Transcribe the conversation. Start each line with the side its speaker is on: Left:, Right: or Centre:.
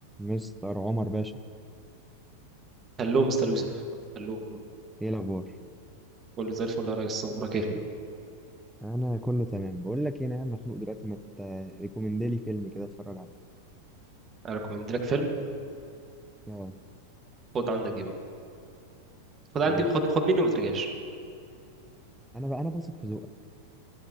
Centre: مستر عمر باشا
Right: هلو مستر يوسف هلو
Centre: ايه الاخبار
Right: كله زي الفل يا ريس اخبارك ايه
Centre: انا كله تمام بقول لك ايه انا قاعد مخنوق دلوقتي ما تريكومند لي فيلم كده اتفرج عليه
Right: انا ريكومند لك فيلم
Centre: اه
Right: خد عندك دي بقى خد عندي
Centre: قول لي
Right: خد خد مني وما ترجعش
Centre: انا بقى انا واثق في ذوقك